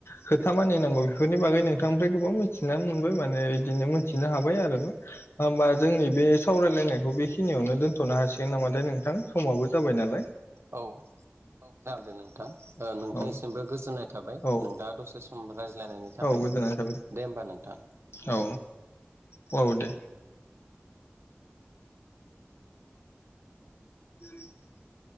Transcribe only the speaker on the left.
खोथा मानिनांगौ बेफोरनि बागै नोंथांनिफ्राय गोबां मिथिनानै मोनबाय माने दिनो मोनथिनो हाबाय आरोबाव होमबा जोंनि बे सावरायलायनायखौ बेखिनियावनो दोनथ'नो हासिगोन नामा? नाथाय नोंथां समाबो जाबाय नालाय।
औ
औ
औ गोजोननाय थाबाय
औ औ दे <inaudible>